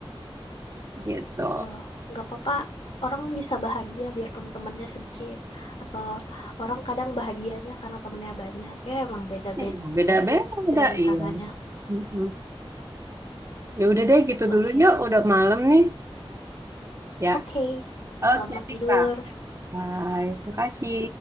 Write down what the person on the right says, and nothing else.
gitu.
Eh, Beda-beda,
iya.
Mm-mm. Ya udah deh gitu
dulu ya, udah malam nih. Ya,
oke
Rika.
Bye, terima kasih.